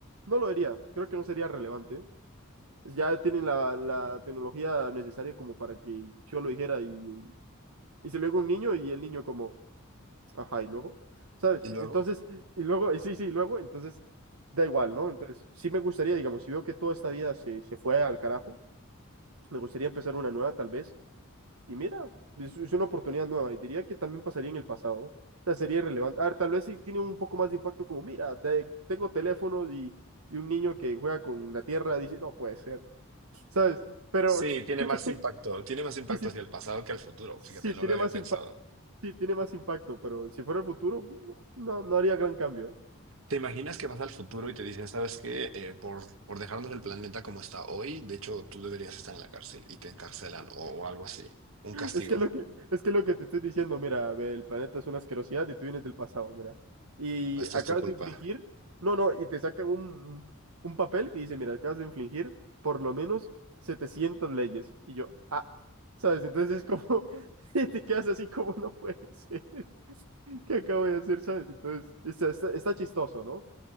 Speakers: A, on the right; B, on the right.
A: no lo haría. Creo que no sería relevante. Ya tienen la, la tecnología necesaria como para que yo lo dijera y, y se lo digo a un niño y el niño como, ajá, y luego, ¿sabes?
B: ¿Y luego?
A: Entonces, y luego, y sí, sí, y luego, entonces, da igual, ¿no? Entonces, sí me gustaría, digamos, si veo que toda esta vida se, se fue al carajo, me gustaría empezar una nueva tal vez. Y mira, es, es una oportunidad nueva y diría que también pasaría en el pasado. O sea, sería irrelevante. A ver, tal vez sí tiene un poco más de impacto como, mira, te- tengo teléfono y, y un niño que juega con la tierra dice, no puede ser, ¿sabes? Pero
B: Sí, tiene
A: <laughs>
B: más impacto, tiene más impacto
A: sí, sí,
B: hacia el pasado que al futuro.
A: sí,
B: Fíjate, no
A: tiene
B: lo había
A: más
B: pensado.
A: impacto, sí, tiene más impacto, pero si fuera el futuro, no, no haría gran cambio, ¿eh?
B: ¿Te imaginas que vas al futuro y te dicen, sabes qué, Eh, por, por dejarnos el planeta como está hoy, de hecho tú deberías estar en la cárcel y te encarcelan o, o algo así? Un castigo.
A: Es que lo que, es que lo que te estoy diciendo, mira, ve, el planeta es una asquerosidad y tú vienes del pasado, mira. Y
B: Esta
A: acabas
B: es tu culpa.
A: de infringir, no, no, y te sacan un, un papel que dice, mira, acabas de infringir por lo menos 700 leyes. Y yo, ah, ¿sabes? Entonces es como, <laughs> y te quedas así como, no puede ser, ¿qué acabo de hacer, sabes? Entonces, está, está- está chistoso, ¿no?